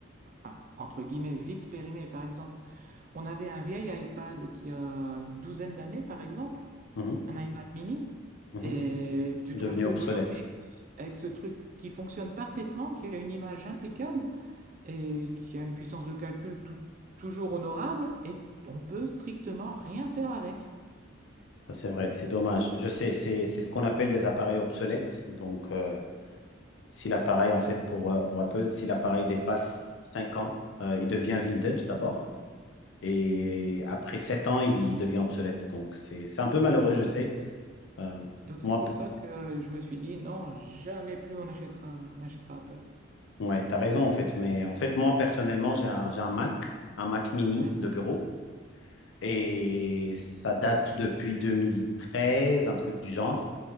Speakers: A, on the right (about 40°); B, on the left (about 65°).
A: enfin, entre guillemets, vite périmés. Par exemple, on avait un vieil iPad qui a une douzaine d'années, par exemple,
B: Mhm,
A: un iPad mini,
B: mhm.
A: et tu
B: est
A: te
B: devenu
A: retrouves
B: obsolète.
A: aujourd'hui avec, ce avec ce truc qui fonctionne parfaitement, qui a une image impeccable et qui a une puissance de calcul tou- toujours honorable, et on peut strictement rien faire avec.
B: Ça, c'est vrai. C'est dommage. Je sais, c'est c'est ce qu'on appelle des appareils obsolètes. Donc, euh, si l'appareil, en fait, pour, euh, pour Apple, si l'appareil dépasse 5 ans, euh, il devient vintage d'abord. Et après sept ans, il devient obsolète. Donc, c'est c'est un peu malheureux,
A: Donc
B: je sais. Euh,
A: Donc c'est
B: moi,
A: pour ça que je me suis dit non, jamais plus on achètera, on achètera Apple.
B: ouais, tu as raison, en fait. Mais en fait, moi, personnellement, j'ai un, j'ai un Mac, un Mac mini
A: Ouais.
B: de bureau. Et ça date depuis 2013, un truc du genre.